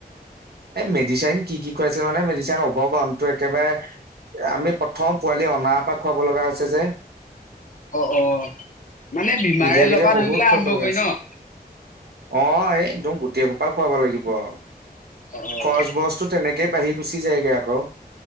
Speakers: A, on the right; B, on the left.
A: এই মেডিচাইন কি কি খুৱাইছিল মানে, মেডিচাইন অৱগনটো একেবাৰে আমি প্ৰথম পোৱালি অনাৰ পৰা খুৱাব লগা হৈছে যে।
B: অ', অ', মানে বীমাৰেলপা
A: বিধে বিধে বহুত
B: ধৰি পেলাই
A: খুৱাব
B: আৰম্ভ
A: লগা
B: কৰি
A: হৈছে।
B: ন'?
A: অ', এই একদম গোটেই সোপা খুৱাব লাগিব আৰু।
B: অ অ
A: খৰচ বছতটো তেনেকেই বাঢ়ি গুচি যায়গৈ আকৌ।